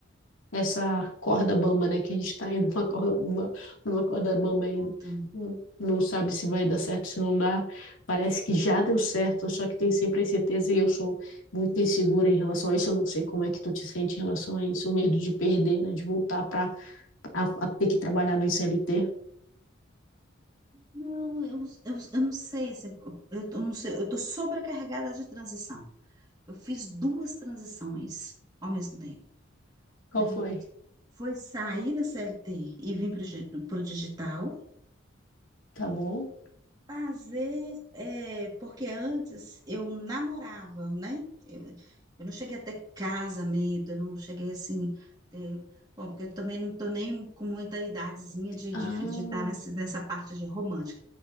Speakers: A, on the left; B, on the right.
A: essa corda bamba, né? Que a gente está indo numa <laughs> corda, numa, numa corda bamba ainda.
B: Nathan.
A: Não sabe se vai dar certo, se não dá. Parece que já deu certo, só que tem sempre a incerteza e eu sou muito insegura em relação a isso. Eu não sei como é que tu te sente em relação a isso, o medo de perder, né? De voltar para ter que trabalhar no CLT.
B: Não, eu, eu, eu não sei, se- eu, tô- não sei, eu estou sobrecarregada de transição. Eu fiz duas transições ao mesmo tempo,
A: Qual
B: né?
A: foi?
B: Foi sair da CLT e vir para o digital,
A: Tá bom?
B: Fazer, é, porque antes eu namorava, né? Eu, eu não cheguei a ter casamento, eu não cheguei assim, ter, bom, porque eu também não estou nem com muita idadezinha de
A: Ah,
B: estar de, estar nessa, nessa parte de romântica.